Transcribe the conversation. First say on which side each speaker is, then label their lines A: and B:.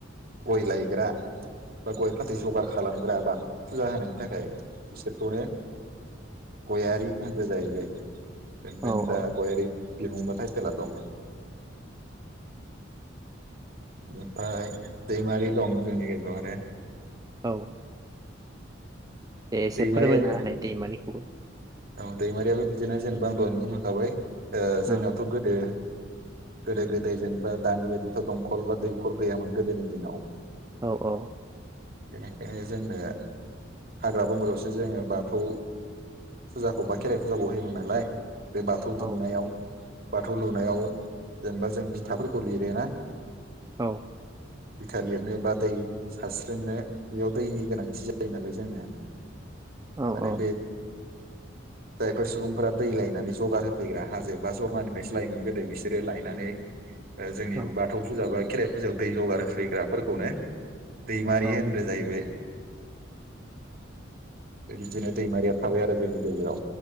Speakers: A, on the right; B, on the right.
A: गय लायग्रा बा गय फा दै जगार खालामग्रा बाथौ फुजा होनायनि थाखाय बिसोरखौनो गयारि होनदों जाहैबाय । इनिफायनो
B: औ
A: दा
B: औ
A: गयारि । बिमुं बा थायटेला दं ओमफ्राय दैमारि दं जोंनि गेजेराव आरो
B: औ दे एसे
A: दैमारियाबो
B: फोरमायनो होनाय दैमारिखौबो
A: औ दैमारियाबो बिदिनो जेनेबा आं दहायनो बुंंखांखाबाय ओ जोंनावथ'
B: औ
A: गोदो गोदो-गोदाय जेनेबा दानि बायदिथ' दंखल बा दैखर गैयामोन गोदोनि दिनाव
B: औ औ
A: बेनिखायनो जोंनो हाग्रा बंग्रायावसो जोङो बाथौ फुजाखौ बा खेराइ फुजाखौ होयोमोन नालाय बे बाथौ
B: औ
A: दुमनायाव बाथौ दुमनायाव जेनेबा जों बिथाफोरखौ लिरो ना
B: औ
A: बिथा लिरनो बा दै सारस्रिंनो बेयाव दैनि गोनांथि जायो नालाय जोंनो
B: औ
A: माने
B: औ
A: बे जायफोर सुबुंफोरा दै लायनानै जगार होफैग्रा हाजो बा जरनानिफ्रायसो लायोमोन गोदो बिसोरो लायनानै जोंनि
B: औ
A: बाथौ फुजाबा खेराइ फुजायाव दै जगार होफैग्राफोरखौनो। दैमारि
B: औ
A: होनग्रा जाहैबाय। बिदिनो दैमारिया थाबाय आरो। जोंनि गेजेराव।